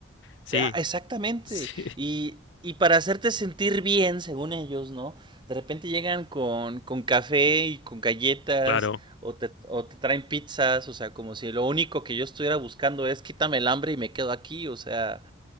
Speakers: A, on the left (about 65°); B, on the right (about 25°).
A: Sí,
B: Ah, exactamente.
A: sí,
B: Y, y para hacerte sentir bien, según ellos, ¿no? De repente llegan con, con café y con galletas
A: claro,
B: o te, o te traen pizzas, o sea, como si lo único que yo estuviera buscando es quítame el hambre y me quedo aquí, o sea,